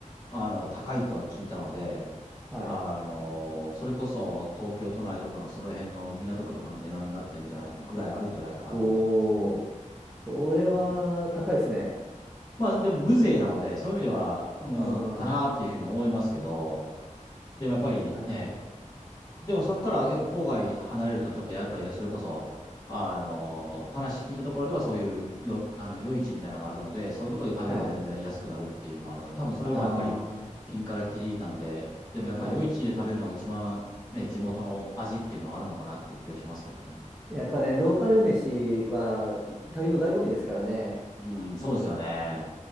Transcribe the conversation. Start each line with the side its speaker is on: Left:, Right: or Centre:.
Left: あの、高いとは聞いたので、
Centre: はい。
Left: あの、それこそ東京都内とかのその辺の港区とかの値段になってんじゃない、ぐらいあるんじゃないかなと思ってますね。
Centre: おー、それは高いですね。
Left: うんまあでも無税なので、そういう意味では、うん、
Centre: うん。
Left: かなっていうふうに思いますけど、
Centre: は
Left: でもやっぱりね、
Centre: いはい。
Left: でもそれからやっぱ郊外離れるとちょっとやっぱりそれこそ、あの、話聞いたところではそういうよ、あの、夜市みたいなのがあるので、そういうところで食べれば全然安くなるっていうのはあるので、
Centre: はい。
Left: 多分それもやっぱりピンからキリなんで、
Centre: ああ、
Left: でもやっぱり夜市で食べるのが一番ね、
Centre: はい。
Left: 地元の味っていうのはあるのかなっていう気がしますけどね。
Centre: やっぱね、ローカル飯は旅の醍醐味ですからね。
Left: うん、そうですよね。